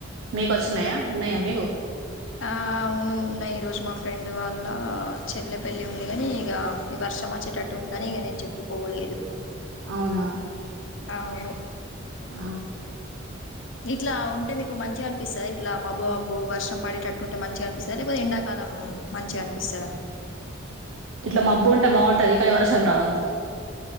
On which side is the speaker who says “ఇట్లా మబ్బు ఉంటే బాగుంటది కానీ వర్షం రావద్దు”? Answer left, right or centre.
Right